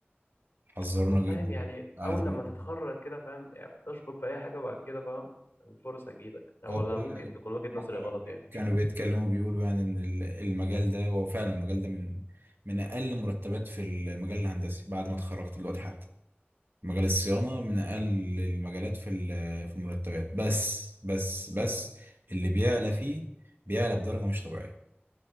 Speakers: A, on the right (about 60°); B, on the left (about 75°).
A: حذرونا
B: هو فاهم
A: جدا
B: يعني
A: قعدوا
B: اول لما
A: بي-
B: تتخرج كده فاهم يعني اشبك في اي حاجه بعد كده فاهم الفرصه تجيلك ولا
A: هو بيقول
B: ممكن تكون وجهه
A: هما
B: نظري
A: كانوا
B: غلط
A: بي-
B: يعني مش
A: كانوا
B: عارف
A: بيتكلموا بيقولوا يعني ان ال- المجال ده هو فعلا المجال ده من من اقل مرتبات في المجال الهندسي بعد ما اتخرجت دلوقتي حتى مجال الصيانة من اقل المجالات في ال- في المرتبات بس بس بس اللي بيعلى فيه بيعلى بدرجة مش طبيعية